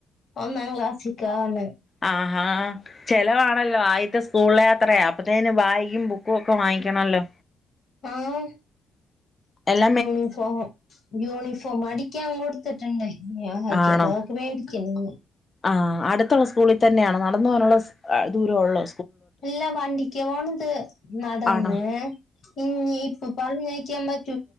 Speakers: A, on the left; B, on the left.
A: ഒന്നാ ക്ലാസിക്കാണ്.
B: ആഹാ ചെലവാണല്ലോ ആയിത്തെ സ്കൂള് യാത്രയാ അപ്പത്തേന് ബായ്കും ബുക്കും ഒക്കെ വാങ്ങീയ്ക്കണല്ലോ
A: ആഹ
B: എൽ
A: യൂണിഫോം, യൂണിഫോം, അടിക്യാൻ കൊടുത്തിട്ടുണ്ട്. ഞാൻവയ്ക്കുള്ളൊക്കെ.
B: ആണോ
A: മേടിക്കെ മ്
B: ആഹ്. അട് സ്കൂളിൽ തന്നെയാണോ നടന്ന് പോവാനുള്ള ദൂരൊഒള്ളൊ ദൂരയൊള്ളോ
A: ഇല്ലാ വണ്ടിക്ക പോണത് നടന്ന്
B: ആണോ
A: ഇഞ് ഇപ്പൊ പറഞ്ഞയക്യൻപ്പ